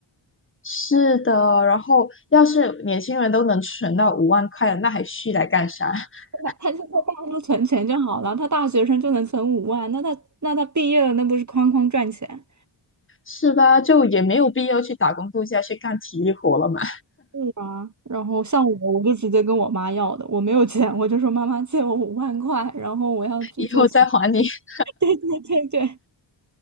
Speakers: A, on the left (about 25°); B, on the right (about 35°).
A: 是的，然后要是年轻人都能存到五万块了，那还去来干啥？<laughs>
B: 对吧他就在大陆存钱就好了，他大学生就能存五万，那他那他毕业了那不是哐哐赚钱？
A: 是吧？就也没有必要去打工度假去干体力活了嘛，
B: 是啊，然后像我，我就直接跟我妈要的，我没有钱，我就说妈妈借我五万块，然后我要去做成。
A: <laughs> 以后再还你。
B: <laughs>
A: <laughs>
B: 对对对对，